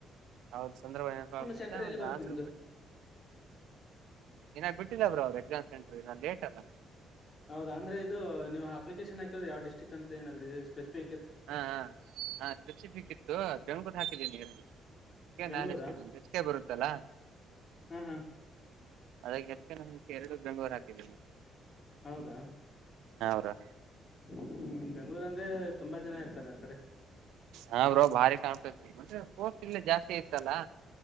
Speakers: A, on the right; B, on the left.
A: ಹೌದ ಸಂದರ್ಭ ನೆನಪಾಗಿ ಬಿಡುತ್ತೆ
B: ಸೆಂಟರ್ ಎಲ್ಲಿ
A: ಒಂದು
B: ಬರುತ್ತೆ
A: ಆನ್ಸರ್
B: ನಿಮ್ದು
A: ಕೊಡೆ. ಇನ್ನಾಗ ಬಿಟ್ಟಿದವ್ರ ಅವ್ರು ಎಕ್ಸಾಮ್ ಸೆಂಟ್ರ ಇನ್ನ ಲೇಟ್ ಅಲ್ಲ.
B: ಹೌದ ಅಂದ್ರೆ ಇದು ನೀವು ಅಪ್ಲಿಕೇಶನ್ ಹಾಕರದ ಯಾವ ಡಿಸ್ಟ್ರಿಕ್ ಅಂತ ಏನಾದ್ರು ಇ ಸ್ಪೆಸಿಕ್
A: ಹಾ ಹಾ ಹಾ ಸಚಿಫಿಕತ್ತು ಬೆಂಗ್ಕೂಟ್ಟ ಹಾಕಿದ್ದೀನಿ ಈಗ
B: ಬೆಂಗಳೂರಾ
A: ನಾನ್ಕಮ <unintelligible> ಹೆಚ್ಕ ಬರುತ್ತಲ್ಲ
B: ಹಾ ಹಾ
A: ಅದಾಗಿ <unintelligible> ಎಚ್ಚ ನು ಎರಡು <unintelligible> ಬೆಂಗಳೂರು ಹಾದ್ದೇನೆ
B: ಹೌದಾ
A: ಬ್ರೋ
B: ಹ್ಮ್- ಬೆಂಗಳೂರು ಅಂದ್ರೆ ತುಂಬಾ ಜನ ಇರ್ತಾರೆ ಆ ಕಡೆ.
A: ಹಾ ಬ್ರೂ ಭಾರಿ ಕಾಣ್ಪಡ್ತವಿ ಮೆ ಪೋರ್ಟ್ ಇಲ್ಲ ಜಾಸ್ತಿ ಇತ್ತಲ್ಲಾ.